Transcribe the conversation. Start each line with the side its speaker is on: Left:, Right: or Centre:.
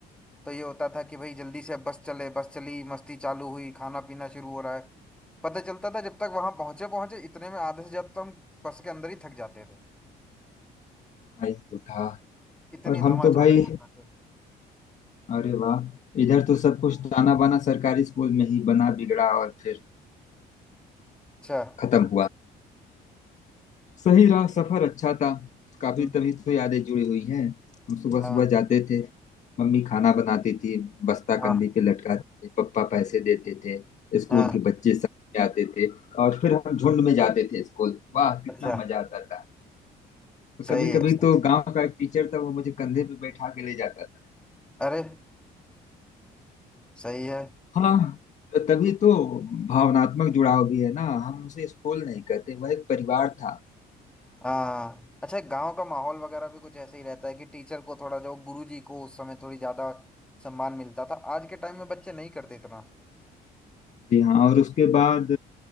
Centre: तो ये होता था कि भाई जल्दी से अब बस चले बस चली मस्ती चालू हुई खाना पीना शुरू हो रहा है पता चलता था जब तक वहां पहुंचे पहुंचे इतने में आधे से जब तक हम बस के अंदर ही थक जाते थे
Left: आया तो था
Centre: इतनी
Left: और हम
Centre: धमा
Left: तो
Centre: चौकड़ी
Left: भाई
Centre: मचाते थे
Left: अरे वाह इधर तो सब कुछ ताना बाना सरकारी स्कूल में ही बना बिगड़ा और फिर
Centre: अच्छा
Left: खत्म हुआ सही रहा सफर अच्छा था काफी
Centre: हम्म,
Left: तभी तो यादें जुड़ी हुई हैं हम सुबह
Centre: हाँ
Left: सुबह जाते थे मम्मी खाना बनाती थी बस्ता
Centre: हाँ
Left: कंधे पे लटकाते थे पप्पा पैसे देते थे स्कूल
Centre: हाँ
Left: के बच्चे साथ में आते थे और फिर हम झुंड में जाते थे स्कूल वाह कितना
Centre: अच्छा
Left: मजा आता था
Centre: सही
Left: कभी
Centre: है
Left: कभी
Centre: सर।
Left: तो गांव का एक टीचर था वो मुझे कंधे पे बैठा के ले जाता था
Centre: अरे सही है
Left: हाँ त- तभी तो भावनात्मक जुड़ाव भी है ना हम उसे स्कूल नहीं कहते वह एक परिवार था
Centre: हाँ अच्छा गांव का माहौल वगैरह भी कुछ ऐसे ही रहता है कि टीचर को थोड़ा जो गुरु जी को उस समय थोड़ी ज्यादा सम्मान मिलता था आज के टाइम में बच्चे नहीं करते इतना
Left: जी हाँ और उसके बाद